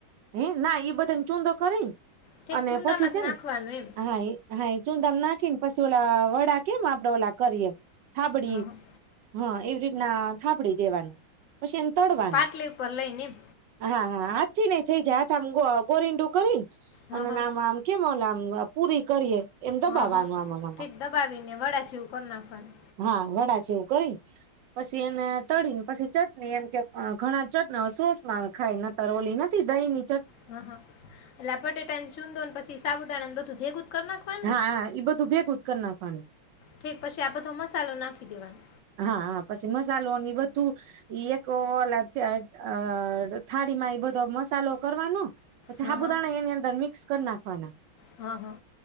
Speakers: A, on the right; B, on the left.
A: હે ના ઈ બધાને ચૂંધો કરીન
B: ઠીક
A: અને
B: ચૂંદામાં
A: પછી છે
B: જ નાખવાનું
A: ને
B: એમ
A: હા હ. ચુંદામાં નાખીને પછી ઓલા વડા કેમ આપડે ઓલા કરીએ. થાબડી
B: હા હા
A: હા એવી રીતના થાબડી દેવાનું પછી એને તડવાનું,
B: પાટલી ઉપર લઈને એમ
A: હા. હા હા થી નઈ થઈ જાય હાથ આમ ગોરિંડું કરી ને
B: હા
A: અને
B: હા
A: આમ આમ કેમોલા <unintelligible> પૂરી કરીએ. એમ દબાવવાનું
B: હા હા
A: આમાં આમાં
B: ઠીક દબાવીને વડા જેવું કર નાખવાનુ.
A: હા વડા જેવું કરીને પછી એને તળને પછી ચટણી એમ કે ઘણા ચટણી, સોસમાં ખાય ન તર ઓલી નથી દહીની
B: હા હા. એટલે બટેટા ને ચૂંદો ને પછી સાબુદાણા ને બધું ભેગું કર નાખવાનું
A: હા
B: ને,
A: હા એ બધું ભેગું જ કરી નાખવાનું
B: ઠીક પછી આ બધો મસાલો નાખી દેવાનો.
A: હા હા <unintelligible> બધું એક ઓ થાળીમાં એ બધો મસાલો કરવાનો. પછી
B: હા હા
A: <unintelligible> <unintelligible> એની અંદર મિક્સ કર નાખવાના
B: હા હા.